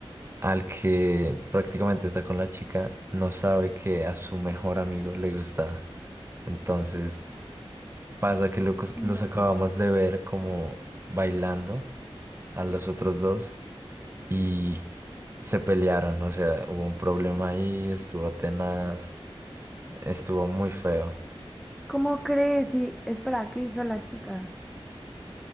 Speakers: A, on the right; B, in the centre.
A: al que prácticamente está con la chica no sabe que a su mejor amigo le gusta. Entonces pasa que locos-
B: No.
A: los acabamos de ver como bailando a los otros dos y se pelearon, o sea, hubo un problema ahí, estuvo tenaz, estuvo muy feo.
B: ¿Cómo crees? Y espera, ¿qué hizo la chica?